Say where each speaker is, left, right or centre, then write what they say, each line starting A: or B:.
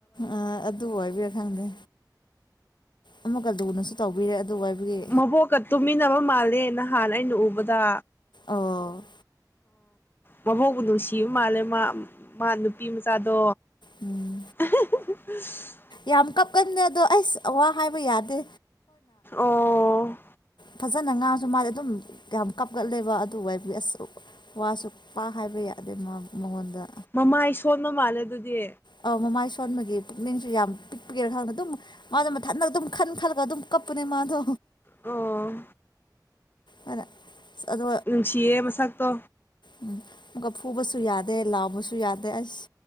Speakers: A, on the left; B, on the left.
A: ꯑ ꯑꯗꯨ ꯑꯣꯏꯕ꯭ꯔꯥ ꯈꯪꯗꯦ ꯑꯃꯒ ꯂꯨꯅꯁꯨ ꯇꯧꯕꯤꯔꯦ ꯑꯗꯨ ꯍꯥꯏꯕꯒꯤ
B: ꯃꯕꯣꯛꯀ ꯇꯨꯃꯤꯟꯅꯕ ꯃꯥꯜꯂꯦ ꯅꯍꯥꯟ ꯑꯩꯅ ꯎꯕꯗ
A: ꯑꯣ
B: ꯃꯕꯣꯛꯕꯨ ꯅꯨꯡꯁꯤꯕ ꯃꯥꯜꯂꯦ ꯃꯥ ꯃꯥ ꯅꯨꯄꯤ ꯃꯆꯥꯗꯣ
A: ꯎꯝ
B: ꯑꯍꯥ ꯑꯍꯥ ꯑꯁ
A: ꯌꯥꯝ ꯀꯞꯀꯟꯗꯦ ꯑꯗꯣ ꯑꯩꯁ ꯋꯥ ꯍꯥꯏꯕ ꯌꯥꯗꯦ
B: ꯑꯣ
A: ꯐꯖꯅ ꯉꯥꯡꯉꯁꯨ ꯃꯥꯗꯤ ꯑꯗꯨꯝ ꯌꯥꯝ ꯀꯞꯀꯠꯂꯦꯕ ꯑꯗꯨ ꯑꯁ ꯋꯥꯁꯨ ꯄꯥ ꯍꯥꯏꯕ ꯌꯥꯏ ꯃꯉꯣꯟꯗ
B: ꯃꯃꯥꯏ ꯁꯣꯟꯕ ꯃꯥꯜꯂꯦ ꯑꯗꯨꯗꯤ
A: ꯑꯧ ꯃꯃꯥꯏ ꯁꯣꯟꯕꯒꯤ ꯄꯨꯛꯅꯤꯡꯁꯨ ꯌꯥꯝ ꯄꯤꯛꯄꯒꯤꯔ ꯈꯪꯗ ꯑꯗꯨꯝ ꯃꯥꯗꯣ ꯃꯊꯟꯗ ꯑꯗꯨꯝ ꯈꯟ ꯈꯜꯂꯒ ꯑꯗꯨꯝ ꯀꯞꯄꯅꯦ ꯃꯥꯗꯣ
B: ꯑꯣ
A: ꯑꯗ ꯑꯁ ꯑꯗꯣ
B: ꯅꯨꯡꯁꯤꯌꯦ ꯃꯁꯛꯇꯣ
A: ꯎꯝ ꯑꯃꯨꯛꯀ ꯐꯨꯕꯁꯨ ꯌꯥꯗꯦ ꯂꯥꯎꯕꯁꯨ ꯌꯥꯗꯦ ꯑꯁ